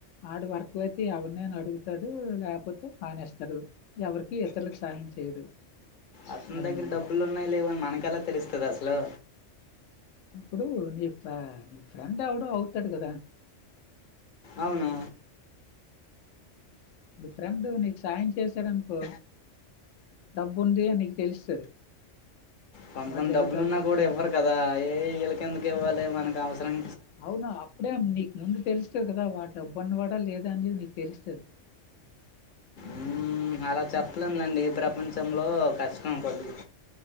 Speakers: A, on the left; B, on the left.
A: ఆడ వర్క్ అయితే ఎవరినైనా అడుగుతాడు లేకపోతే మానేస్తాడు ఎవరికి ఇతరులకు సాయం చేయడు
B: అతని
A: అదనమాట
B: దగ్గర డబ్బులు ఉన్నాయి లేవని మనకెల తెలుస్తది అసలు
A: ఇప్పుడు నీ ఫ నీ ఫ్రెండ్ ఎవడో అవుతాడు కదా
B: అవును
A: నీ ఫ్రెండ్ నీకు సాయం చేశాడనుకో డబ్బు ఉంది అని నీకు తెలుస్తది
B: కొంత
A: వాడి
B: కొంది
A: దగ్గర
B: డబ్బులున్నా
A: డబ్బు ఉన్నదని
B: కూడా ఎవ్వరు కదా ఏ వీళ్ళ కిందుకు ఇవ్వాలి మనకి అవసరం
A: అవునా అప్పుడే నీకు ముందు తెలుస్తుంది కదా వా డబ్బన్న వాడా లేదా అనేది నీకు తెలుస్తుంది
B: మ్మ్, అలా చెప్పలేము లేండి ఈ ప్రపంచంలో కష్టం కొద్దిగా